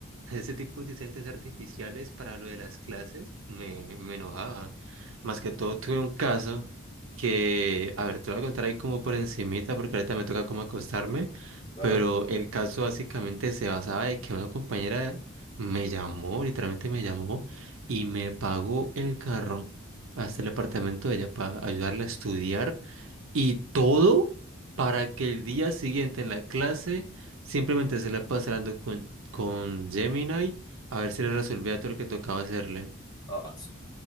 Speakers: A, on the right; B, on the left.
A: ese tipo de inteligencias artificiales para lo de las clases me, me enojaba. Más que todo tuve un caso que, a ver, te lo voy a contar ahí como por encimita porque ahorita me toca como acostarme,
B: <laughs> claro.
A: pero el caso básicamente se basaba de que una compañera me llamó, literalmente me llamó y me pagó el carro hasta el apartamento de ella para ayudarla a estudiar y todo para que el día siguiente en la clase simplemente se la pasando con, con Gemini a ver si le resolvía todo lo que tocaba hacerle.
B: Ah, sí,